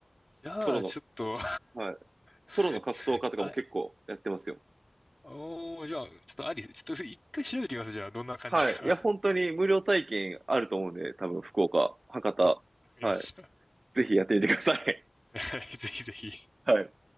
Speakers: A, on the left; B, on the right.
A: じゃあ、
B: プロの、
A: ちょっと
B: はい。
A: <laughs>
B: プロの格闘家とかも結構やってますよ。
A: あ、おー、じゃあ、ちょっとあり、ちょっと一回調べてみます。じゃあ、どんな感じか。
B: はい。いや、本当に無料体験あると思うんで、多分、福岡、博多、
A: <laughs> わかりました。
B: はい。ぜひやってみてください。
A: <laughs> ぜひぜひ。
B: <laughs> はい。